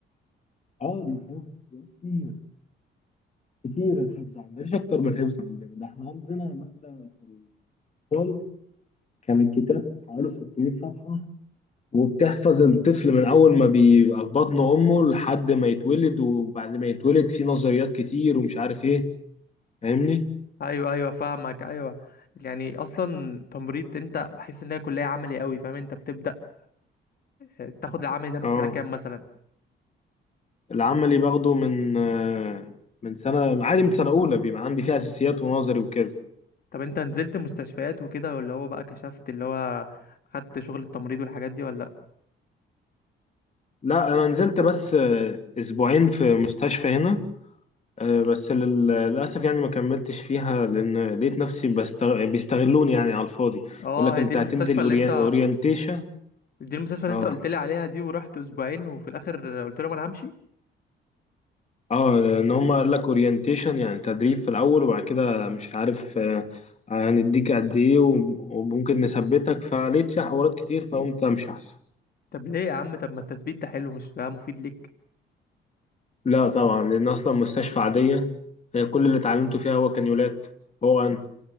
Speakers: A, on the left (about 35°); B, on the left (about 50°).
A: اه الحفظ كتير كتير الحفظ عندنا مش اكتر من الحفظ عندنا ده احنا عندنا ماده في الفصل كان الكتاب حوالي 600 صفحه وبتحفظ الطفل من اول ما بيبقى في بطن امه لحد ما يتولد وبعد ما يتولد في نظريات كتير ومش عارف ايه فاهمني
B: ايوه ايوه فاهمك ايوه يعني اصلا تمريض انت بحس ان هي كليه عملي قوي فاهم انت بتبدا آه، تاخد العمل ده من
A: اه
B: سنه كام مثلا
A: العملي باخده من آه، من سنه عادي من سنه اولى بيبقى عندي فيها اساسيات ونظري وكده
B: طب انت نزلت مستشفيات وكده ولا هو بقى كشفت اللي هو خدت شغل التمريض والحاجات دي ولا لأ؟
A: لا انا نزلت بس آه، اسبوعين في مستشفى هنا آه، بس لل- للاسف يعني ما كملتش فيها لان لقيت نفسي بست... بيستغلوني يعني على الفاضي
B: اه
A: يقول لك
B: هي
A: انت
B: دي المستشفى
A: هتنزل
B: اللي انت
A: اورينتيشن
B: دي المستشفى اللي
A: آه.
B: انت قلت لي عليها دي ورحت اسبوعين وفي الاخر قلت لهم انا همشي
A: اه لان هم قال لك اورينتيشن يعني تدريب في الاول وبعد كده مش عارف آه، هنديك قد ايه وم- وممكن نثبتك فلقيت فيها حوارات كتير فقمت امشي احسن
B: طب ليه يا عم طب ما التثبيت ده حلو مش ده مفيد ليك
A: لا طبعا لان اصلا مستشفى عاديه آه، كل اللي اتعلمته فيها هو كانيولات حقن